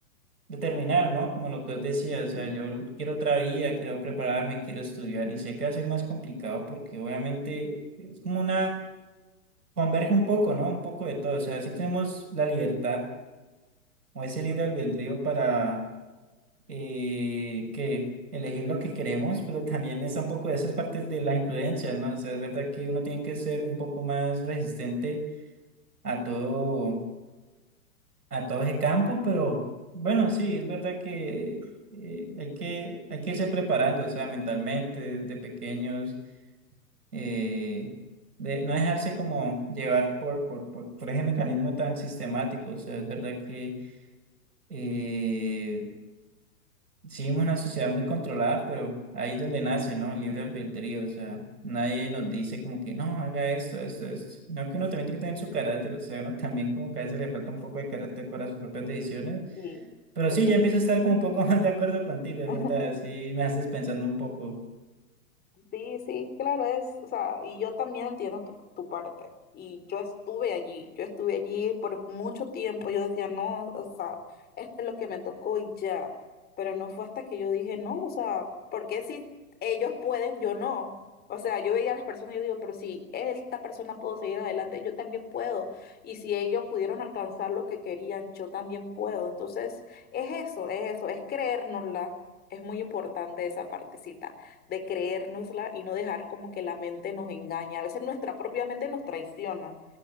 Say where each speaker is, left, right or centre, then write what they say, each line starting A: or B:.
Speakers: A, on the right; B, on the left.
A: determinar, ¿no? Como lo que os decía, o sea,
B: <laughs>
A: yo quiero otra vida, quiero prepararme, quiero estudiar y sé que va a ser más complicado porque obviamente es como una, converge un poco, ¿no? Un poco de todo, o sea, sí tenemos la libertad o ese libre albedrío para eh, que elegir lo que queremos, pero también está un poco de esas partes de las influencias, ¿no? O sea, es verdad que uno tiene que ser un poco más resistente a todo a todo ese campo, pero bueno, sí, es verdad que eh, hay que, hay que irse preparando, o sea, mentalmente, desde pequeños, eh, de no dejarse como llevar por, por, por, por ese mecanismo tan sistemático, o sea, es verdad que eh, sí, vivimos una sociedad muy controlada, pero ahí es donde nace, ¿no? El libre albedrío, o sea. Nadie nos dice como que no, haga esto, esto, esto. No, que uno también tiene que tener su carácter, o sea, uno también como que a veces le falta un poco de carácter para sus propias decisiones.
B: Sí,
A: Pero
B: eso
A: sí, ya empiezo
B: sí.
A: a estar como un poco <laughs> más de acuerdo contigo, es
B: <laughs>
A: verdad. Sí, me haces pensando un poco.
B: Sí, sí, claro, es, o sea, y yo también entiendo tu, tu parte. Y yo estuve allí, yo estuve allí por mucho tiempo. Yo decía, no, o sea, esto es lo que me tocó y ya. Pero no fue hasta que yo dije, no, o sea, ¿por qué si ellos pueden, yo no? O sea, yo veía a las personas y yo digo, pero si esta persona pudo seguir adelante, yo también puedo. Y si ellos pudieron alcanzar lo que querían, yo también puedo. Entonces, es eso, es eso, es creérnosla. Es muy importante esa partecita de creérnosla y no dejar como que la mente nos engañe. A veces nuestra propia mente nos traiciona